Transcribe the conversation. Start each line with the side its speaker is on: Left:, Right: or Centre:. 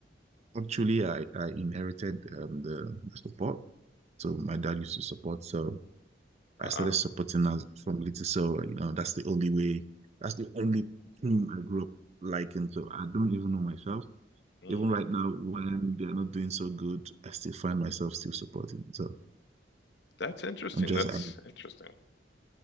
Right: actually, I I inherited um, the, the support. So my dad used to support, so I
Left: Um,
Right: started supporting us from little. So uh, you know, that's the only way. That's the only team I grew up liking. So I don't even know myself.
Left: hmm.
Right: Even right now, when they're not doing so good, I still find myself still supporting. So
Left: That's interesting.
Right: I'm just,
Left: That's
Right: I'm,
Left: interesting.